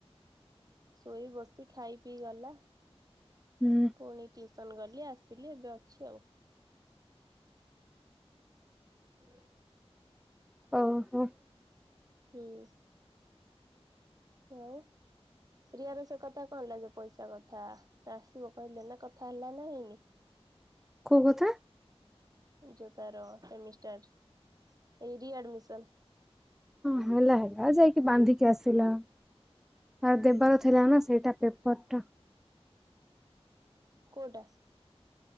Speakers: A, on the right (about 35°); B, in the centre.
A: ଶୋଇ ବସି ଖାଇ ପିଇ ଗଲା।
B: ହୁଁ।
A: ପୁଣି ଟ୍ୟୁସନ ଗଲି ଆସିଲି ଏବେ ଅଛି ଆଉ। <inaudible>
B: ଓହୋ।
A: ହୁଁ ଆଉ। ରିୟାର ସେ କଥା କଣ ହେଲା ଯୋଉ ପଇସା କଥା ସେ ଆସିବ କହିଲେ ନା କଥା ହେଲା ନା ହେଇନି?
B: କୋଉ କଥା?
A: ଯୋଉ ତାର ସେମିଷ୍ଟାର ଏଇ ରିଆଡମିସନ?
B: ହଁ ହେଲା ହେଲା ଯାଇକି ବାନ୍ଧିକି ଆସିଲ। ଆଉ ଦେବାର ଥିଲା ନା ସେଇଟା ପେପର ଟା।
A: କୋଉଟା?